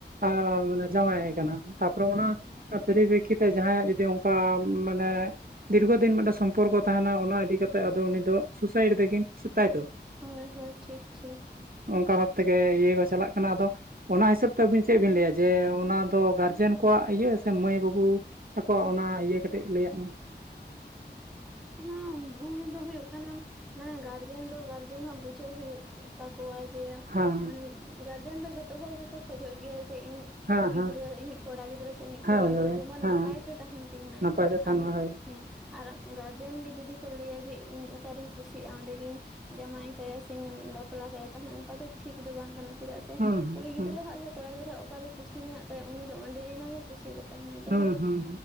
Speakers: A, on the right; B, in the centre.
A: ᱮᱸ ᱡᱟᱶᱟᱭᱮ ᱠᱟᱱᱟ ᱛᱟᱯᱚᱨᱮ ᱚᱱᱟ ᱯᱮᱨᱤ ᱯᱤᱠᱷᱤ ᱛᱮ ᱡᱟᱦᱟᱸᱭᱟᱜ ᱡᱩᱫᱤ ᱚᱱᱠᱟ ᱢᱟᱱᱮ ᱫᱤᱨᱜᱷᱚ ᱫᱤᱱ ᱢᱤᱫᱴᱟᱝ ᱥᱚᱢᱯᱚᱨᱠᱚ ᱛᱟᱦᱮᱱᱟ ᱚᱱᱟ ᱤᱫᱤ ᱠᱟᱛᱮᱜ ᱟᱫᱚ ᱩᱱᱤ ᱫᱚ ᱥᱩᱥᱟᱭᱤᱴ ᱫᱟᱠᱤᱱ ᱥᱮ ᱛᱟᱭᱛᱚ
B: ᱦᱳᱭ ᱦᱳᱭ ᱴᱷᱤᱠ ᱴᱷᱤᱠ
A: ᱚᱝᱠᱟ ᱵᱷᱟᱵ ᱛᱮᱜᱮ ᱤᱭᱟᱹ ᱠᱚ ᱪᱟᱞᱟᱜ ᱠᱟᱱᱟ ᱟᱫᱚ ᱚᱱᱟ ᱦᱤᱥᱟᱹᱵ ᱛᱮ ᱟᱵᱤᱱ ᱪᱮᱫ ᱵᱤᱱ ᱞᱟᱹᱭᱟ ᱡᱮ ᱚᱱᱟ ᱫᱚ ᱜᱟᱨᱡᱮᱱ ᱠᱚᱣᱟᱜ ᱤᱭᱟᱹ ᱥᱮ ᱢᱟᱹᱭ ᱵᱟᱹᱵᱩ ᱛᱟᱠᱚ ᱚᱱᱟ ᱤᱭᱟᱹ ᱠᱟᱹᱴᱤᱡ ᱞᱟᱹᱭᱟᱜ ᱢᱮ
B: <inaudible> ᱚᱱᱟ ᱵᱷᱩᱞ ᱫᱚ ᱦᱩᱭᱩᱜ ᱠᱟᱱᱟ ᱢᱟᱱᱮ ᱜᱟᱨᱡᱮᱱ ᱫᱚ ᱜᱟᱨᱡᱮᱱ ᱦᱚᱸ ᱵᱩᱡᱷᱟᱹᱣ ᱦᱩᱭᱩᱜ ᱛᱟᱠᱚᱣᱟ ᱡᱮ
A: ᱦᱮᱸ
B: ᱢᱟᱱᱮ ᱜᱟᱨᱡᱮᱱ ᱫᱚ ᱡᱷᱚᱛᱚ ᱦᱚᱲ ᱜᱮᱠᱚ ᱠᱷᱚᱡᱚᱜ ᱜᱮᱭᱟ ᱡᱮ ᱤᱧᱤᱡ
A: ᱦᱮᱸ
B: ᱜᱤᱫᱽᱨᱟᱹ
A: ᱦᱮᱸ
B: ᱤᱧᱤᱡ ᱠᱚᱲᱟ ᱜᱤᱫᱽᱨᱟᱹ ᱥᱮ ᱤᱧᱤᱡ
A: ᱦᱮᱸ
B: ᱠᱩᱲᱤ
A: ᱦᱳᱭ
B: ᱜᱤᱫᱽᱨᱟᱹ
A: ᱦᱳᱭ
B: ᱡᱮᱢᱚᱱ
A: ᱦᱮᱸ
B: ᱱᱟᱯᱟᱭᱛᱮ ᱛᱟᱦᱮᱱ ᱛᱤᱧ ᱢᱟᱭ
A: ᱱᱟᱯᱟᱭ ᱛᱮ ᱛᱟᱦᱮᱱ
B: ᱟᱨ
A: ᱢᱟ ᱦᱳᱭ
B: ᱦᱮᱸ ᱟᱨ ᱜᱟᱨᱡᱮᱱ ᱜᱮ ᱡᱩᱫᱤ ᱠᱚ ᱞᱟᱹᱭᱟ ᱡᱮ ᱤᱧ ᱚᱠᱟ ᱨᱮᱧ ᱠᱩᱥᱤᱜᱼᱟ ᱚᱸᱰᱮ ᱜᱤᱧ ᱡᱟᱢᱟᱭ ᱠᱟᱭᱟ ᱥᱮᱧ ᱵᱟᱯᱞᱟ ᱠᱟᱭᱟ ᱛᱟᱦᱞᱮ ᱚᱱᱠᱟ ᱫᱚ ᱴᱷᱤᱠ ᱫᱚ ᱵᱟᱝ ᱠᱟᱱᱟ᱾ ᱪᱮᱫᱟᱜ ᱥᱮ
A: ᱦᱩᱸ
B: ᱠᱩᱲᱤ ᱜᱤᱫᱽᱨᱟᱹ
A: ᱦᱩᱸ
B: ᱦᱟᱜ ᱥᱮ ᱠᱚᱲᱟ ᱜᱤᱫᱽᱨᱟᱹ ᱦᱟᱜ ᱚᱠᱟ ᱨᱮ ᱠᱩᱥᱤ ᱢᱮᱱᱟᱜ ᱛᱟᱭᱟ ᱩᱱᱤ ᱫᱚ ᱚᱸᱰᱮᱭᱱᱟᱜ ᱜᱮ ᱠᱩᱥᱤ ᱨᱮ ᱛᱟᱦᱮᱱᱟᱭ ᱡᱟᱦᱟᱸᱨᱮ
A: ᱦᱩᱸ ᱦᱩᱸ